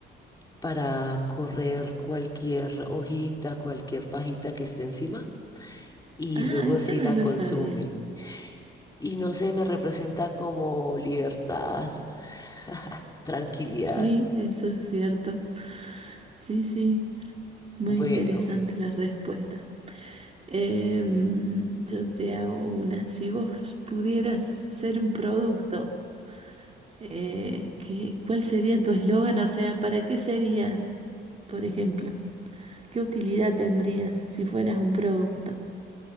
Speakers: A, on the left; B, on the right.
A: para correr cualquier hojita, cualquier pajita que esté encima y
B: Ah,
A: luego
B: eso
A: sí
B: no
A: la
B: lo
A: consume.
B: sabía.
A: Y no sé, me representa como libertad, <laughs> tranquilidad.
B: Sí, eso es cierto. Sí, sí. Muy
A: Bueno,
B: interesante la respuesta. Em, yo te hago una. Si vos pudieras ser un producto, Eh, ¿qué- cuál sería tu eslogan? O sea, ¿para qué serías, por ejemplo? ¿Qué utilidad tendrías si fueras un producto?